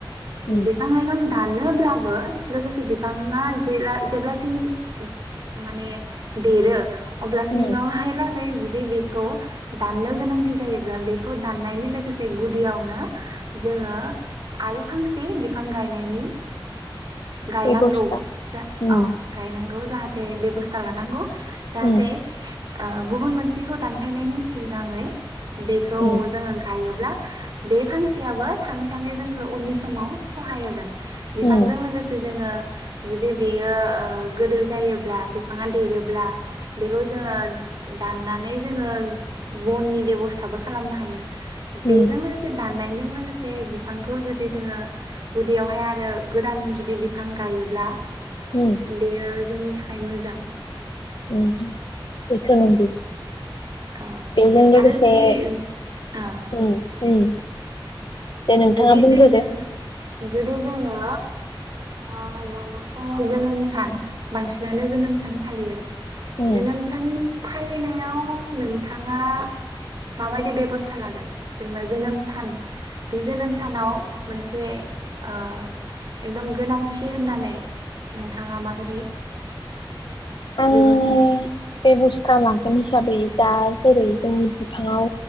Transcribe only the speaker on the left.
उम
उम
बेबस्था
उम
उम
उम
उम
उम
उम
उम बेथ' नंगौ।
बेजों लोगोसे
उम।
उम। दे नोंथाङा
बुंग्रोदो।
उम
अ बे
बेबस्टा लाागोन हिसाबै दा जेरै जोंनि बिफाङाव